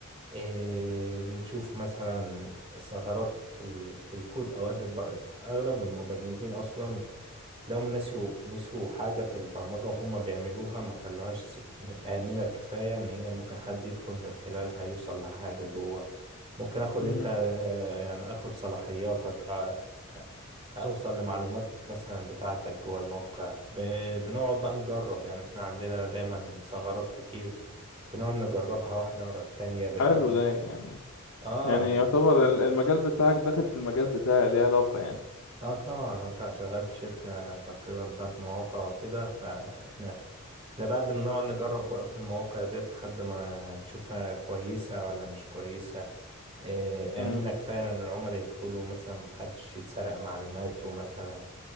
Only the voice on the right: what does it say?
إيه بنشوف مثلا ثغرات في ال... في الكود اوقات البر... اغلب المبرمجين اصلا تلاقيهم نسيوا نسيوا حاجة في البرمجة وهم بيعملوها ما خلوهاش سك... آمنة كفاية ان هي ممكن حد يدخل من خلالها يوصل لحاجة جوه ممكن اخد
انت آه، يعني اخد صلاحياتك آه، اوصل لمعلومات مثلا بتاعتك جوه الموقع ب... بنقعد بقى نجرب يعني احنا عندنا دايما ثغرات كتير بنقعد نجربها واحدة ورا التانية بنحب
اه
اه طبعا ما انت شغال في شركة تقريبا بتاعت مواقع وكده فاحنا احنا بقى بنقعد نجرب في المواقع ديت لحد ما نشوفها كويسة ولا مش كويسة آه،
آمنة كفاية إن العملاء يدخلوا مثلا محدش يتسرق معلوماته مثلا